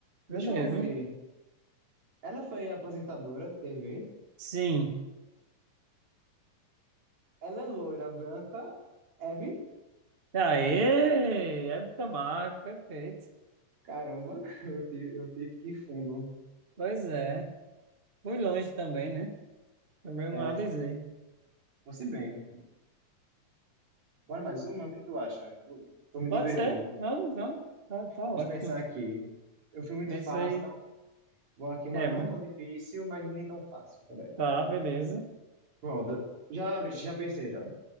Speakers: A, on the right; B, on the right.
A: Deixa
B: Beleza.
A: eu ver. Ela foi apresentadora de TV?
B: Sim.
A: Ela é loira, branca, Abby?
B: Aê! Época marca, perfeito.
A: Caramba, <laughs> eu tive, eu tive que ir fundo.
B: Pois é. Fui longe também, né? Também
A: É,
B: não analisei.
A: fosse, fosse bem. Bora mais uma? O que tu acha? Eu Tô me
B: Pode
A: divertindo.
B: ser. Vamos, vamos. Tá, tá ótimo.
A: Deixa eu pensar aqui. Eu fui muito
B: Pensei.
A: fácil, tá? Vou aqui uma
B: É,
A: não
B: mas.
A: tão difícil, mas nem tão fácil. Peraí.
B: Tá, beleza.
A: Pronto. Já, já pensei, já.